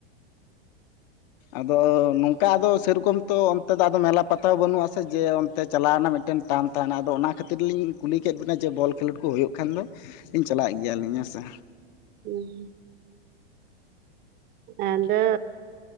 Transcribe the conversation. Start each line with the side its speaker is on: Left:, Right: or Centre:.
Left: ᱟᱫᱚ ᱱᱚᱝᱠᱟ ᱟᱫᱚ ᱥᱮᱨᱚᱠᱚᱢ ᱛᱚ ᱚᱱᱛᱮ ᱫᱚ ᱟᱫᱚ ᱢᱮᱞᱟ ᱯᱟᱛᱟ ᱵᱟᱹᱱᱩᱜ-ᱟ ᱥᱮ ᱡᱮ ᱚᱱᱛᱮ ᱪᱟᱞᱟᱣ ᱨᱮᱱᱟᱜ ᱢᱤᱫᱴᱮᱱ ᱴᱟᱱ ᱛᱟᱦᱮᱱᱟ ᱟᱫᱚ ᱚᱱᱟ ᱠᱷᱟᱹᱛᱤᱨ ᱞᱤᱧ ᱠᱩᱞᱤ ᱠᱮᱫ ᱵᱤᱱᱟ ᱡᱮ ᱵᱚᱞ ᱠᱷᱮᱞᱳᱰ ᱠᱚ ᱦᱩᱭᱩᱜ ᱠᱷᱟᱱ ᱫᱚᱞᱤᱧ ᱪᱟᱞᱟᱜ ᱜᱮᱭᱟᱞᱤᱧ ᱦᱮᱸ ᱥᱮ
Right: ᱦᱩᱸ ᱦᱩᱸ ᱟᱫᱚ